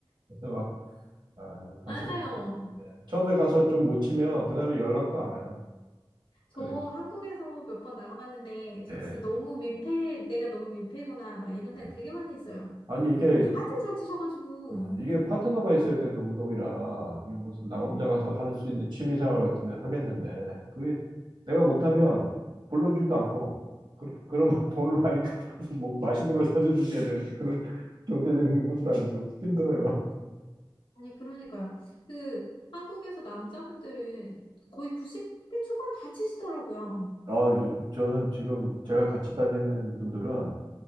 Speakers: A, on the right; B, on the left.
A: 그래서 막, 아, 가서,
B: 맞아요.
A: 좀- 네. 처음에 가서 좀 못 치면, 그 다음에 연락도 안 와요.
B: 저
A: 그,
B: 한국에서 몇 번 나가봤는데, 저
A: 예.
B: 진짜 너무 민폐, 내가 너무 민폐구나, 막 이런 생각
A: 예.
B: 되게 많이 했어요.
A: 아니, 이게
B: 다들 잘 치셔가지고.
A: 어, 이게 파트너가 있어야 되는 운동이라 이게 무슨 나
B: 네.
A: 혼자 가서 할 수 있는 취미생활 같으면 하겠는데 그게 내가 못하면 불러주지도 않고 그러, 그러면 <laughs> 돈을 많이 갚아서 뭐 맛있는 걸 사주든지 해야 되는데 그런 경제적 능력도 안 되고 힘들어요.
B: 아니, 그러니까요. 그, 한국에서 남자분들은 거의 90대 초반 다 치시더라고요.
A: 아, 요즘 저는 지금 제가 같이 다니는 분들은